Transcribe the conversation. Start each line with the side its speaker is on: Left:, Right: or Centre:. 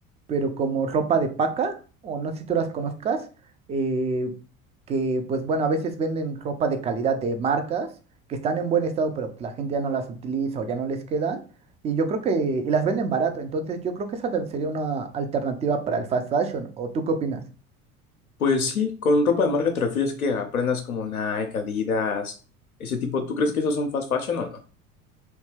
Right: pero como ropa de paca, o no sé si tú las conozcas, eh, que pues bueno, a veces venden ropa de calidad de marcas que están en buen estado, pero la gente ya no las utiliza o ya no les quedan. Y yo creo que, y las venden barato, entonces yo creo que esa tam- sería una alternativa para el fast fashion. ¿O tú qué opinas?
Left: Pues sí, con ropa de marca te refieres que aprendas como Nike, Adidas, ese tipo. ¿Tú crees que esos son fast fashion o no?